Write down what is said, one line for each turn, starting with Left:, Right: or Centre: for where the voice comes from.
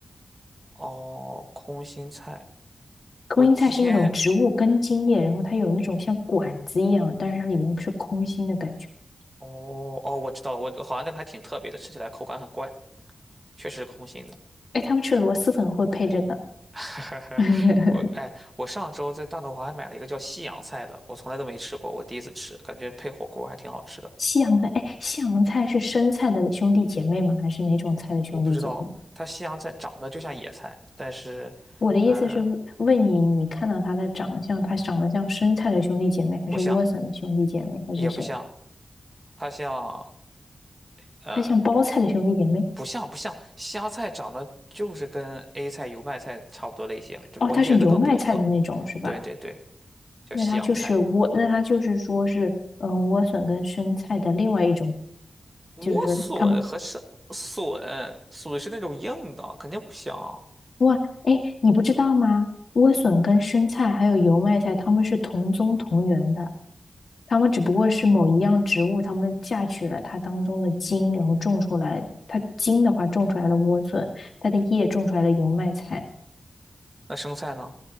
Right: 哦，空心菜，
Left: 空心菜是那种植物根茎叶，
Right: 我今天，
Left: 然后它有那种像管子一样，但是它里面是空心的感觉。
Right: 哦哦，我知道了，我好像那个还挺特别的，吃起来口感很怪。确实是空心的。
Left: 哎，他们吃螺蛳粉会配这个。
Right: <laughs>
Left: <laughs>
Right: 我哎，我上周在大董华还买了一个叫西洋菜的，我从来都没吃过，我第一次吃，感觉配火锅还挺好吃的。
Left: 西洋菜，哎，西洋菜是生菜的兄弟姐妹吗？还是哪种菜的兄弟姐妹？
Right: 我不知道它西洋菜长得就像野菜，但是，
Left: 我的意思是问你，
Right: 嗯、
Left: 你看到它的长相，它长得像生菜的兄弟姐妹，还是莴笋的兄弟姐妹，
Right: 不像，
Left: 还是谁？
Right: 也不像，它像，呃，
Left: 它像包菜的兄弟姐妹？
Right: 不像不像，西洋菜长得就是跟 A 菜、油麦菜差不多类型，只不过叶子更独特。
Left: 哦，它是油麦菜的那种是吧？
Right: 对对对，叫西洋菜。
Left: 那它就是莴，那它就是说是，嗯、莴笋跟生菜的另外一种，
Right: 莴笋和生笋，
Left: 就是说它们，
Right: 笋是那种硬的，肯定不像啊。
Left: 哇，哎，你不知道吗？莴笋跟生菜还有油麦菜，它们是同宗同源的，它们只不过是某一样植物，它们嫁娶了它当中的茎，然后种出来，它茎的话种出来了莴笋，它的叶种出来了油麦菜，
Right: 那生菜呢？